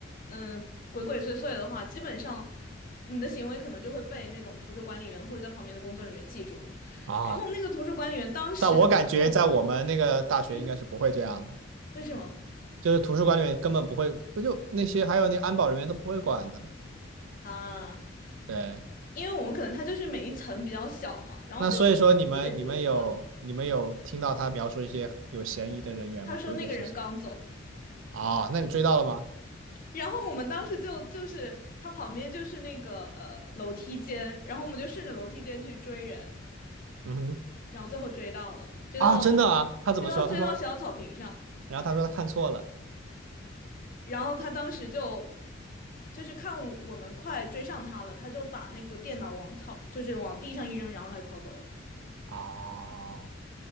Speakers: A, on the left; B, on the right.
A: 嗯，鬼鬼祟祟的话，基本上你的行为可能就会被那种图书管理员或者在旁边的工作人员记住。
B: 啊。
A: 然后那个图书管理员当时就跟我们，
B: 但我感觉在我们那个大学应该是不会这样的，
A: 嗯，为什么
B: 就是图书馆里面根本不会，不就那些还有那个安保人员都不会管的。
A: 啊？
B: 对，
A: 因为我们可能他就是每一层比较小嘛，然后就
B: 那所以说你们你们有你们有听到他描述一些有嫌疑的人员吗？
A: 就那几个桌子，他说那个人刚走。
B: 鬼鬼祟祟啊，那你追到了吗？
A: 然后我们当时就就是他旁边就是那个呃楼梯间，然后我们就顺着楼梯间去追人，
B: 嗯哼，
A: 然后最后追到了，追到了，
B: 啊，真的啊，他怎么说？
A: 追到追到学校草坪上，
B: 他说，然后他说他看错了。
A: 然后他当时就就是看我们快追上他了，他就把那个电脑往草就是往地上一扔，然后他就跑走了。
B: 啊。